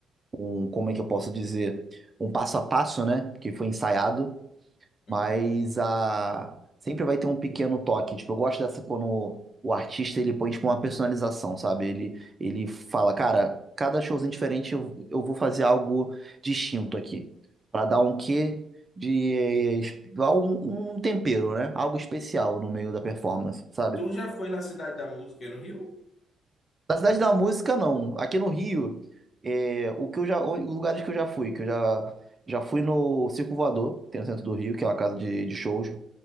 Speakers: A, on the right (about 25°); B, on the left (about 50°).
A: um, como é que eu posso dizer, um passo a passo, né? Que foi ensaiado. Mas
B: Uhum.
A: a... sempre vai ter um pequeno toque. Tipo, eu gosto dessa quando o artista ele põe tipo, uma personalização, sabe? Ele, ele fala, cara, cada showzinho diferente eu, eu vou fazer algo distinto aqui. Pra dar um quê de. dar Um, um tempero, né? Algo especial no meio da performance, sabe?
B: Tu já foi na Cidade da Música aí no Rio?
A: Na Cidade da Música, não. Aqui no Rio, é, o que eu já, os lugares que eu já fui, que eu já, já fui no Circo Voador, que tem no centro do Rio, que é uma casa de, de shows.